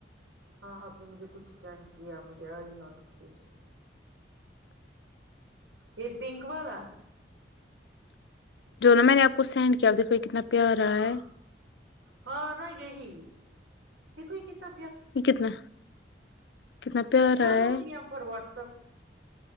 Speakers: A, on the right; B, on the left.
A: ہاں آپ نے مجھے کچھ سینڈ کیا مجھے آئی نوٹیفیکیشن یہ پنک والا
B: جو نا میں نے آپ کو سینڈ کیا دیکھو کتنا پیارا
A: ہاں
B: ہے
A: ہاں نہ یہی تو کوئی کتا
B: یہ کتنا کتنا پیارا
A: کرو
B: ہے
A: گییا فر وٹسپ